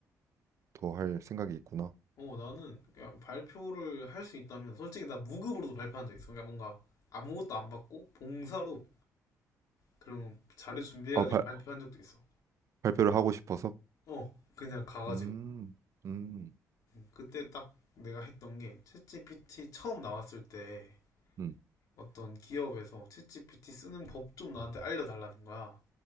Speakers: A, on the right; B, on the left.
A: 더 할 생각이 있구나.
B: 어, 나는 그냥 발표를 할 수 있다면 솔직히 나 무급으로도 발표한 적 있어. 그러니까 뭔가 아무것도 안 받고 봉사로 그런 자료 준비해가지고
A: 아, 발,
B: 발표한 적도 있어.
A: 발표를 하고 싶어서.
B: 어, 그냥 가가지고.
A: 음. 음.
B: 음, 그때 딱 내가 했던 게 챗GPT 처음 나왔을 때
A: 음.
B: 어떤 기업에서 챗GPT 쓰는 법 좀 나한테 알려달라는 거야.